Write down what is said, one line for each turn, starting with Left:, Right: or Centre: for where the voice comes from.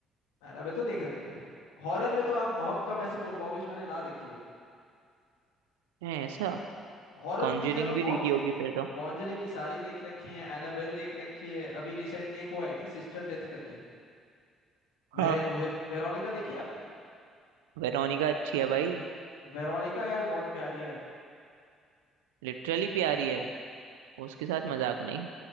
Left: एनाबेल तो देख रखी है हॉरर में तो आप बहुत कम ऐसी बोल पाओगे जो मैंने ना देखी हो
Right: है ऐसा
Left: हॉरर
Right: कॉन्जरिंग
Left: मूवीज यार मैं
Right: भी
Left: बहुत
Right: देखी
Left: देखता
Right: होगी
Left: हूँ
Right: फिर तो
Left: कॉन्जरिंग की सारी देख रखी है एनाबेल देख रखी है अभी रिसेंटली एक वो आई थी सिस्टर डेथ करके वेरे,
Right: हाँ
Left: वे, वेरोनिका देखी है आपने
Right: वेरोनिका अच्छी है भाई
Left: वेरोनिका यार बहुत प्यारी है
Right: लिटरली प्यारी है उसके साथ मजाक नहीं